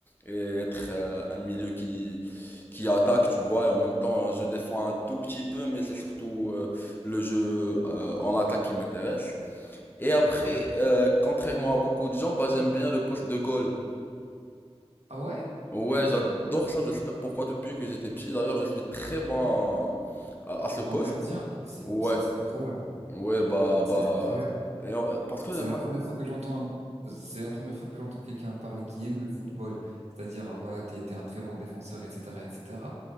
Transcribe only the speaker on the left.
et être euh, un milieu qui qui attaque, tu vois. Et en même temps, je défends un tout petit peu, mais c'est surtout euh, le jeu euh, en attaque qui m'intéresse. Et après,
euh, contrairement à beaucoup de gens, bah j'aime bien le poste de goal.
Ouais, j'adore ça, je sais pas pourquoi, depuis que j'étais petit. D'ailleurs, je suis très bon en- à, à ce poste.
Ouais,
ouais, bah,
bah.
et on- parce que
ma-